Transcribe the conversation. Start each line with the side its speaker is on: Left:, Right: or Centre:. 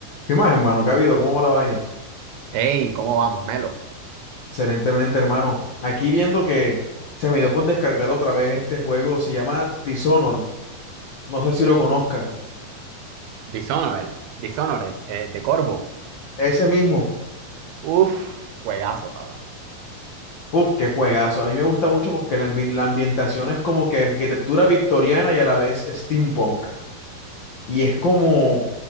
Left: ¿Qué más, hermano? ¿Qué ha habido? ¿Cómo va la vaina?
Right: Hey, ¿cómo vamos, Melo?
Left: Excelentemente, hermano. Aquí viendo que se me dio por descargar otra vez este juego, se llama Dishonored. No sé si lo conozca.
Right: Dishonored, Dishonored, eh, de Corvo.
Left: Ese mismo.
Right: Uf, juegazo, papá.
Left: Uf, qué juegazo. A mí me gusta mucho porque la, ambi- la ambientación es como que arquitectura victoriana y a la vez steampunk. Y es como,